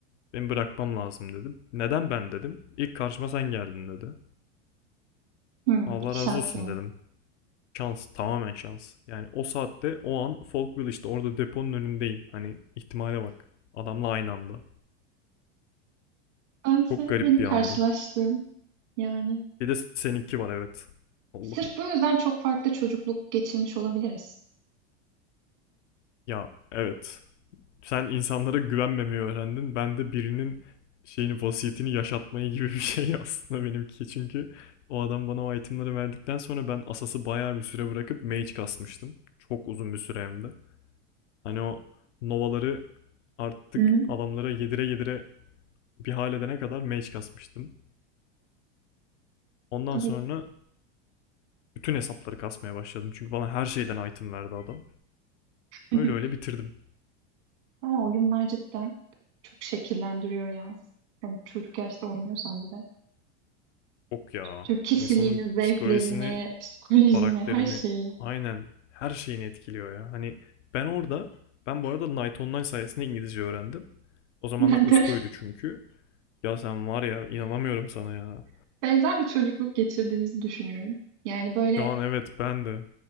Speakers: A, on the left (about 85°); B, on the right (about 75°).
A: Beni bırakmam lazım dedim. Neden ben dedim? İlk karşıma sen geldin dedi.
B: Hı,
A: Allah
B: şans
A: razı olsun
B: yani.
A: dedim. Şans tamamen şans. Yani o saatte o an Folkville işte orada deponun önündeyim. Hani ihtimale bak. Adamla aynı anda.
B: Bense
A: Çok garip
B: benim
A: bir
B: karşılaştığım
A: andı.
B: yani.
A: Bir de seninki var evet. Allah'ım.
B: Sırf bu yüzden çok farklı çocukluk geçirmiş olabiliriz.
A: Ya evet. Sen insanlara güvenmemeyi öğrendin. Ben de birinin şeyini vasiyetini yaşatmayı gibi bir şey <laughs> aslında benimki. Çünkü o adam bana o itemleri verdikten sonra ben Asas'ı bayağı bir süre bırakıp Mage kasmıştım. Çok uzun bir süre hem de. Hani o Nova'ları artık
B: Hı hı.
A: adamlara yedire yedire bir hal edene kadar Mage kasmıştım. Ondan
B: Ama,
A: sonra bütün hesapları kasmaya başladım. Çünkü bana her şeyden item verdi adam.
B: <laughs>
A: Öyle öyle bitirdim.
B: ama oyunlar cidden çok şekillendiriyor ya. Yani çocuk yaşta oynuyorsan bir de.
A: Yok ya.
B: Türk kişiliğini,
A: İnsanın
B: zevklerini,
A: psikolojisini,
B: psikolojini,
A: karakterini,
B: her şeyi.
A: aynen her şeyini etkiliyor ya. Hani ben orada, ben bu arada Night Online sayesinde İngilizce öğrendim. O zamanlar
B: Ben
A: Usko'ydu
B: de
A: çünkü. Ya sen var ya inanamıyorum sana ya.
B: <laughs> benzer bir çocukluk geçirdiğimizi düşünüyorum. Yani böyle
A: Şu an evet ben de.